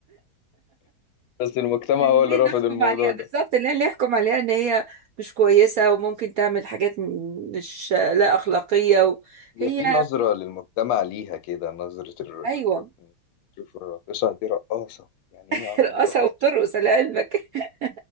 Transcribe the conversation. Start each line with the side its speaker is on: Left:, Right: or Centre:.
Left: بس المجتمع
Right: يعني
Left: هو
Right: ليه
Left: اللي رافض
Right: نحكم
Left: الموضوع
Right: عليها بالظبط
Left: ده
Right: ليه ليه نحكم عليها ان هي مش كويسة وممكن تعمل حاجات م- مش لا أخلاقية و...
Left: هي
Right: هي
Left: في نظره للمجتمع ليها كده نظره الر-
Right: ايوه
Left: الر- شوف الراقصه دي رقاصه يعني ايه
Right: <laughs>
Left: يا عم
Right: رقاصة
Left: دي رقاصه
Right: وبترقص لعلمك <laughs>